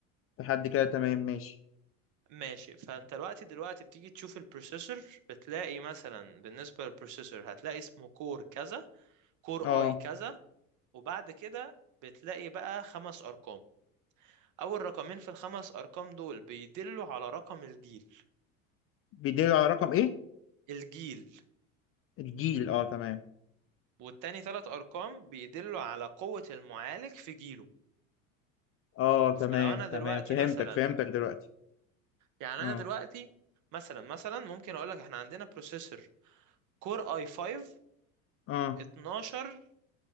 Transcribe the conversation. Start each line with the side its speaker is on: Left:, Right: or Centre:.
Left: لحد كده تمام ماشي
Right: ماشي فانت دلوقتي دلوقتي بتيجي تشوف البروسيسور بتلاقي مثلا بالنسبه للبروسيسور هتلاقي اسمه كور كذا كور
Left: اه
Right: اي كذا وبعد كده بتلاقي بقى خمس ارقام أول رقمين في الخمس أرقام دول بيدلوا على رقم الجيل
Left: بيدل على رقم ايه
Right: الجيل
Left: الجيل اه تمام
Right: والتاني تلات أرقام بيدلوا على قوة المعالج في جيله
Left: اه
Right: فلو
Left: تمام
Right: أنا دلوقتي
Left: تمام فهمتك
Right: مثلا
Left: فهمتك دلوقتي
Right: يعني
Left: اه
Right: أنا دلوقتي مثلا مثلا ممكن أقولك إحنا عندنا بروسيسور كور أي 5
Left: اه
Right: 12